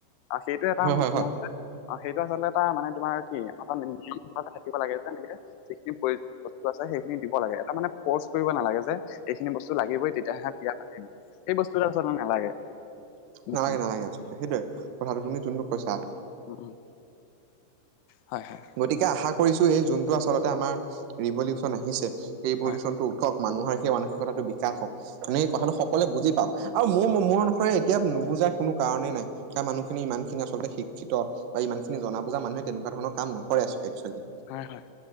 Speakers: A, on the left (about 80°); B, on the right (about 70°).
A: আৰু সেইটো এটা
B: হয় হয় হয়।
A: মোৰ অ সেইটো আচলতে এটা মানে তোমাৰ কি অটা <unintelligible> কিবা থাকিব লাগে যেনেকে যিখিনি প্ৰয়োজনীয় বস্তু আছে সেইখিনি দিব লাগে এটা মানে ফ'ৰ্চ কৰিব নালাগে যে এইখিনি বস্তু লাগিবই তেতিয়াহে বিয়া পাতিম সেই বস্তুটো আচলতে নালাগে উম,
B: নালাগে
A: উম,
B: নালাগে আচলতে সেইটোয়ে কথাটো তুমি যোনটোক কৈছা
A: ওম ওম হয় হয়
B: গতিকে আশা কৰিছো এই যোনটো আচলতে আমাৰ ৰিভলিউচন আহিছে সেই ৰিভলিউচনটো
A: হয়, হয়,
B: হওক মানুহৰ সেই মানসিকতাটো বিকাশ হওক মানে এই কথাটো সকলোৱে বুজি পাওক আৰু মোৰ মোৰ অনুসৰে এতিয়া নুজাই কোনো কাৰণেই নাই সেয়া মানুহখিনি ইমানখিনি আচলতে শিক্ষিত বা ইমান খিনি জনা বুজা মানুহে তেনেকুৱা ধৰণ কাম নকৰে এক্সৱলি
A: হয় হয়